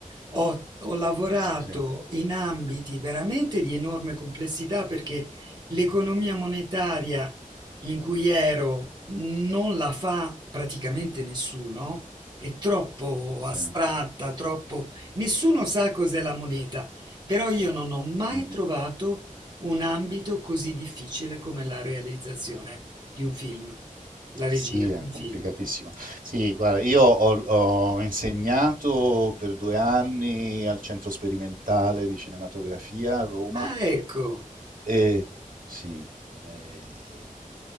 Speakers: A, on the right; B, on the right.
A: ho, ho lavorato
B: Sì,
A: in ambiti veramente di enorme complessità perché l'economia monetaria in cui ero non la fa praticamente nessuno, è troppo
B: sì.
A: astratta, troppo... Nessuno sa cos'è la moneta, però io non ho mai
B: mhm.
A: trovato un ambito così difficile come la realizzazione di un film, la
B: Sì,
A: regia
B: è
A: di un
B: complicatissimo.
A: film.
B: Sì, guarda, io ho, ho insegnato per due anni al Centro Sperimentale di Cinematografia a Roma.
A: Ah, ecco,
B: E, sì, eh,